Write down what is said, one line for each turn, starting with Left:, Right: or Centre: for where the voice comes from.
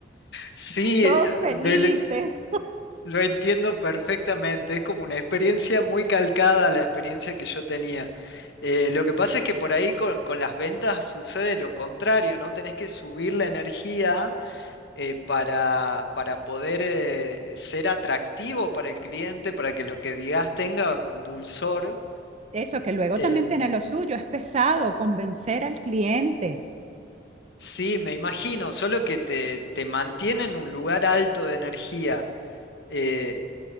Left: Sí,
Right: <laughs> todos
Left: ah,
Right: felices.
Left: me le- lo entiendo perfectamente. Es como una experiencia muy calcada a la experiencia que yo tenía. Eh, lo que pasa es que por ahí con, con las ventas sucede lo contrario, ¿no? Tenés que subir la energía eh, para, para poder eh, ser atractivo para el cliente, para que lo que digas tenga un dulzor.
Right: Eso que luego
Left: Eh,
Right: también tiene lo suyo, es pesado convencer al cliente.
Left: sí, me imagino, solo que te, te mantiene en un lugar alto de energía. Eh,